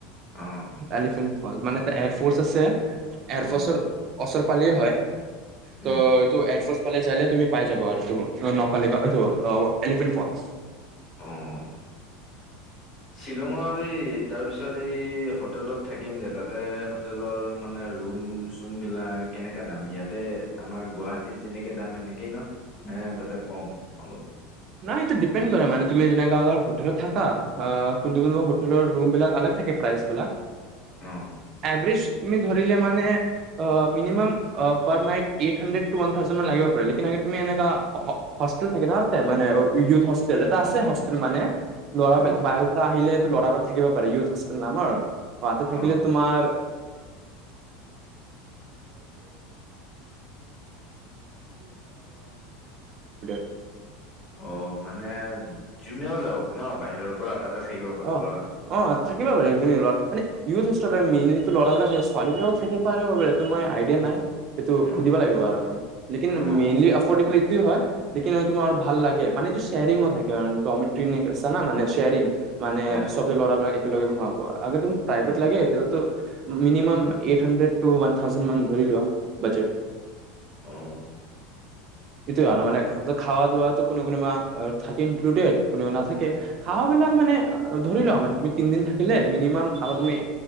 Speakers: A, on the left; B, on the right.
A: অ',
B: এলিফেণ্ মানে ত এৰ ফফ'ৰ্ছ আছে। এয়াৰফৰ্চৰ
A: অ', অ',
B: ওচৰ পালিয়ে হয়।
A: উম।
B: টো ইটো এয়াৰফৰ্চ কালে যাইলে তুমি পাই যাবা আৰু নকালিকা এলিফেণ্ট ফল।
A: আহ শ্বিলঙৰ এই তাৰ পিছত এই হোটেলত থাকিম যে তাতে হোটেলৰ মানে ৰুম চুম বিলাক কেনেককা দাম ইয়াতে আমাৰ গুৱাহাটীত যেনেকে দাম সেনেকেই ন এ তাতে কম অলপ
B: াই এইটো ডিপেড কৰা মানে তুমি যেনে হোেলত থাকা কোন কোনোবা হোেলৰম বিলাক থাকে প্ৰ বিলাক
A: অ',
B: এভজ তুমি ধৰি মানে মিনিমাম পাৰ নাই এই হাডড ান থাে লিব পাৰেুমি হেল থাকে ন তে মানে আৰু ইউথ হোষ্টেল। এটা আছে হোষ্টেল মানে ল'ৰা
A: অ',
B: বাহিৰৰ পৰা আহিলে ল'ৰা লৰা থাকিব পাৰে ইউথ হষ্টেল নামাৰ ৰাতি থাকিলে,
A: অ',
B: তোমাৰ ্
A: অ মানে যোনেও যাওক ন বাহিৰৰ পৰা তাতে থাকিব পাৰে
B: অ
A: ল'ৰা
B: অ থাকিবা বাৰু একজনী লৰা মানে ইউথ আ মেইনলিটো ল'ৰাবলাক থাকে ছোৱালীবিলাক থাকে পাৰে বু এইটো মইিয়া নাই সেইটো
A: অ',
B: সুধিব লাগিব আৰুমান লকিন
A: অ',
B: মেইনলি এফৰ্ডেবল টো হয়, লেকিন ঐ, তুমাৰ ভাল লাগে, মানে ইটো শ্বেয়াৰিংও থাকে কাৰণ ট্টোমেট্টিনিক আছেনা মানে শেয়াৰিং মানে
A: অ',
B: চবে ল'ৰাবলাক একেলগে ভঙাো আৰু একেদম প্ৰাইভেট
A: অ',
B: লাগে, তেতিয়াতো মিনিমম এইট হণ্্ৰেড ট ন থাউজ মান ধৰি লোৱা, বজেট
A: অ
B: সটোয়ে আৰু মানে খ দোৱাাতো কোনো কোনোবা থাকে ইনক্লুডেড কোনোা নাথাকে খাৱাবলাক মানে ধৰি লোৱা মান তুমি তিদিন থাকিল মিনিমাম আ তুমি